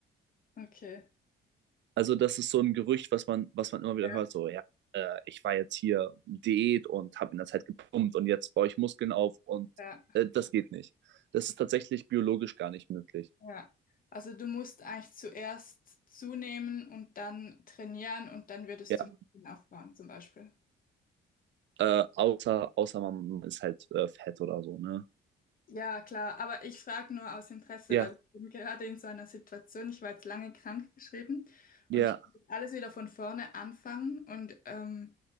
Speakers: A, on the left; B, on the right.
A: Okay.
B: Also, das ist so ein Gerücht, was man, was man immer wieder
A: Ja,
B: hört, so, ja, äh, ich war jetzt hier Diät und habe in der Zeit gepumpt und jetzt baue ich Muskeln auf und
A: ja,
B: äh, das geht nicht. Das ist tatsächlich biologisch gar nicht möglich.
A: ja. Also du musst eigentlich zuerst zunehmen und dann trainieren und dann würdest
B: Ja,
A: du Muskeln aufbauen zum Beispiel.
B: äh, außer, außer man ist halt äh, fett oder so, ne?
A: Ja, klar, aber ich frage nur aus Interesse,
B: Ja,
A: weil ich bin gerade in so einer Situation, ich war jetzt lange krankgeschrieben und
B: ja,
A: ich muss jetzt alles wieder von vorne anfangen und ähm,